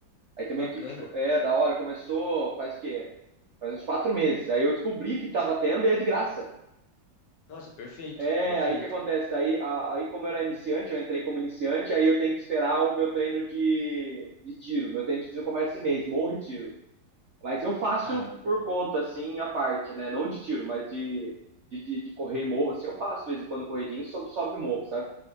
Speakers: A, on the right (about 60°); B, on the left (about 70°).
A: Aí
B: que
A: tem
B: bacana.
A: uma equipe de. co- É, da hora. Começou faz o quê? Faz uns quatro meses. Aí eu descobri que tava tendo e é de graça.
B: Nossa, perfeito,
A: É,
B: perfeito.
A: aí que acontece? Daí, a- aí como eu era iniciante, eu entrei como iniciante, aí eu tenho que esperar o meu treino de, de tiro. Meu treino de tiro começa esse mês, morro e tiro. Mas eu faço
B: Ah, boa.
A: por conta, assim, a parte, né? Não de tiro, mas de, de, de, de correr e morro, assim, eu faço de vez em quando corridinho, sobe, sobe e morro, sabe?